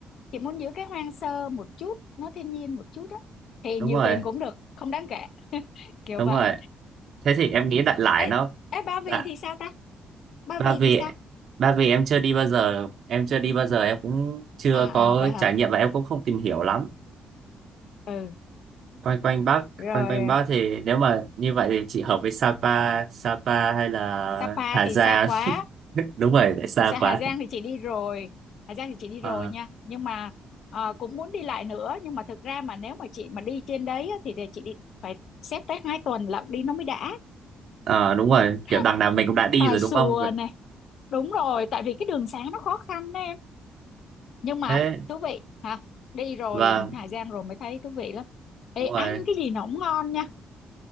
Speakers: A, on the left; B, on the right.
A: chị muốn giữ cái hoang sơ một chút nó thiên nhiên một chút á thì
B: đúng
A: nhiều
B: rồi
A: tiền cũng được không đáng kể <laughs> kiểu
B: đúng
A: vậy
B: rồi thế thì em nghĩ đại loại nó
A: Ê, ê Ba
B: dạ
A: Vì thì sao ta? Ba
B: ba
A: Vì
B: vì
A: thì sao?
B: ba vì em chưa đi bao giờ em chưa đi bao giờ em cũng chưa
A: À
B: có
A: à vậy hả?
B: trải nghiệm và em cũng không tìm hiểu lắm
A: Ừ,
B: quanh quanh Bắc
A: rồi
B: quanh quanh Bắc thì nếu mà như vậy thì chị hợp với Sapa Sapa hay là
A: Sapa
B: Hà
A: thì
B: Giang
A: xa quá.
B: <laughs> đúng rồi lại xa
A: Sa-
B: quá
A: Hà Giang thì chị đi rồi. Hà Giang thì chị đi
B: Ờ,
A: rồi nha. Nhưng mà ờ, cũng muốn đi lại nữa, nhưng mà thực ra mà nếu mà chị mà đi trên đấy á, thì để chị đi phải xét tới hai tuần lận đi nó mới đã.
B: ờ, đúng rồi
A: <laughs>
B: kiểu đằng nào mình cũng đã đi
A: Tà
B: rồi
A: xùa
B: đúng không vậy
A: này. Đúng rồi, tại vì cái đường xá nó khó khăn đó em. Nhưng mà
B: thế
A: thú vị hả? Đi rồi
B: và
A: Hà Giang rồi mới thấy thú vị lắm. Ê,
B: đúng
A: ăn
B: rồi
A: cái gì nó cũng ngon nha.